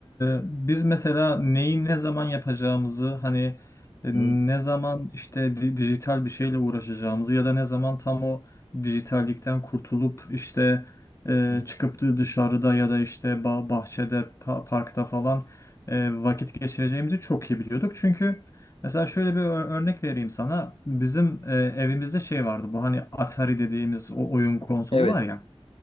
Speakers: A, on the left; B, on the left.
A: e, biz mesela neyi ne zaman yapacağımızı hani e,
B: Hı
A: ne zaman işte di- dijital bir şeyle uğraşacağımızı ya da ne zaman tam o dijitallikten kurtulup işte e,
B: hı. hı.
A: çıkıp da dışarıda ya da işte ba- bahçede, pa- parkta falan e, vakit geçireceğimizi çok iyi biliyorduk. Çünkü mesela şöyle bir ö- örnek vereyim sana. Bizim e, evimizde şey vardı bu hani Atari dediğimiz o oyun konsolu
B: Evet.
A: var ya.